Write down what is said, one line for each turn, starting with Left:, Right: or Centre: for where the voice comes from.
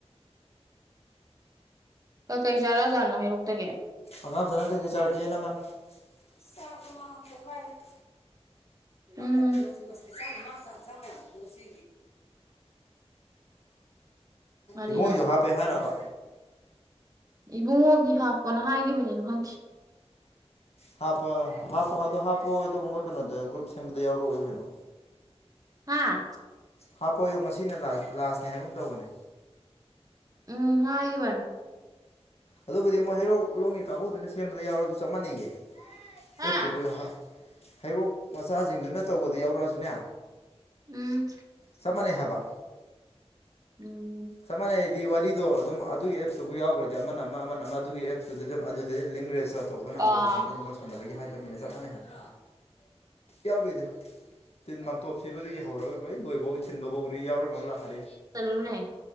Right: ꯀꯩ ꯆꯥꯔꯛꯖꯥꯠꯅꯣ ꯍꯩꯔꯣꯛꯇꯒꯤ
Left: ꯑꯉꯥꯡꯝꯦ ꯅꯪ ꯀꯩꯀꯩ ꯆꯔꯒꯦꯅꯃꯅ ꯁꯥꯐ ꯃꯥꯄ ꯍꯔꯠ
Right: ꯎꯝ
Left: ꯃꯁꯥꯏꯖꯥꯎ ꯃ ꯃꯥ ꯥꯖꯉ ꯉꯣꯁꯤ
Right: ꯃꯔꯤꯔꯥ
Left: ꯏꯕꯨꯡꯉꯣꯏꯁꯨ ꯍꯥꯞꯄꯦ ꯍꯥꯏꯔꯕ
Right: ꯎꯝ ꯏꯕꯨꯡꯉꯣꯒꯤ ꯍꯥꯞꯄꯣꯅ ꯍꯥꯏꯒꯤꯈꯤꯕꯅꯦ ꯑꯗꯨ ꯈꯪꯈꯤ
Left: ꯍꯥꯞꯄ ꯍꯥꯞꯄ ꯍꯥꯞꯇꯣ ꯍꯥꯞꯄꯣꯑꯣ ꯑꯗꯨꯒ ꯃꯣꯏ ꯀꯩꯅꯣꯗ ꯒ꯭ꯔꯨꯞ ꯁꯦꯝꯕꯗ ꯌꯥꯎꯔꯛꯑꯣꯏꯈꯣꯏꯩꯅꯣ
Right: ꯍꯥꯥ
Left: ꯍꯥꯞꯄꯣꯌꯡ ꯉꯁꯤꯅ ꯂꯥꯁꯅꯦ ꯍꯥꯏꯒꯨꯝ ꯇꯧꯕꯅꯦ
Right: ꯎꯝ ꯍ ꯍꯥꯏ ꯋꯥ
Left: ꯑꯗꯨꯕꯨꯗꯤ ꯃꯣꯏ ꯍꯩꯔꯣꯛ ꯂꯣꯡꯒꯤ ꯀꯥꯡꯕꯨꯗꯨꯅ ꯁꯦꯝꯕꯗ ꯌꯥꯎꯔ ꯑꯗꯨ ꯆꯞ ꯃꯥꯟꯅꯩꯌꯦ
Right: ꯍꯥ
Left: ꯑꯦꯞꯇꯨꯕꯨ ꯍꯩꯔꯣꯛ ꯃꯆꯥꯁꯤꯡꯗꯨꯅ ꯇꯧꯕꯗ ꯌꯥꯎꯔꯛꯑꯁꯨꯅꯦ
Right: ꯎꯝ
Left: ꯆꯞ ꯃꯥꯟꯅꯩ ꯍꯥꯏꯕ
Right: ꯎꯝ
Left: ꯆꯞ ꯃꯥꯟꯅꯩꯗꯤ ꯋꯥꯔꯤꯗꯣ ꯑꯗꯨꯝ ꯑꯗꯨꯒꯤ ꯑꯦꯞꯇꯨꯕꯨ ꯌꯥꯎꯈ꯭ꯔꯗꯤ ꯑꯃꯅ ꯑꯃ ꯑꯃꯅ ꯑꯃ ꯑꯗꯨꯒꯤ ꯑꯦꯞꯇꯨꯗꯤ ꯑꯗꯨꯝ ꯑꯗꯨꯗꯩ ꯂꯤꯡ ꯔꯦꯖꯤꯁꯇꯥꯔ ꯇꯧꯕ ꯅꯝꯕꯔꯁꯤꯡꯗꯨꯅ
Right: ꯑꯥ
Left: ꯑꯗꯨꯝ ꯐꯅꯕꯒꯤ ꯍꯥꯏꯕꯅꯤꯅ ꯆꯞ ꯃꯥꯟꯅꯩ ꯍꯥꯏꯕ ꯌꯥꯎꯗꯣꯏꯗ ꯇꯤꯟ ꯃꯥꯇꯣꯞ ꯁꯤꯕꯗꯒꯤ ꯍꯧꯔꯒ ꯂꯣꯏ ꯂꯣꯏꯕꯧ ꯊꯤꯟꯕꯐꯧꯅꯤ ꯌꯥꯎꯔꯝꯃꯒ ꯂꯥꯛꯍꯜꯜꯂꯤ
Right: ꯆꯂꯨꯏ